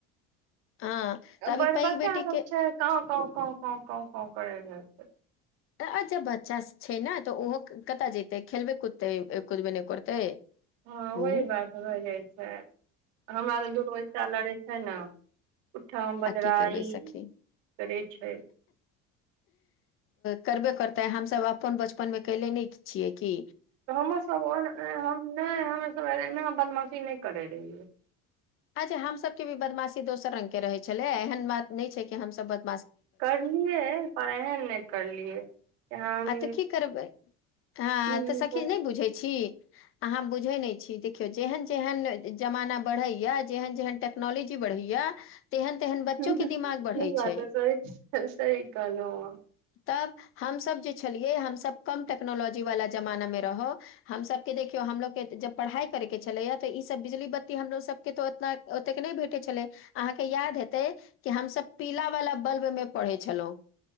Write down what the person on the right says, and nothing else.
बड़
बच्चा
सब
छै कांव कांव कांव कांव कांव कांव करै रहै छै
हँ ओहि
बात भए जाइ छै हमरा लग दुनू एत्ता लड़ै छै ने उठम-बजरा
ई
करैत छै।
हमर सब ओहेन हम नहि हमर सब एना बदमाशी नहि करै रहियै
करलियै पर एहन नहि करलियै। हम
ई
पर
ई
बात
सही सही कहलहुँ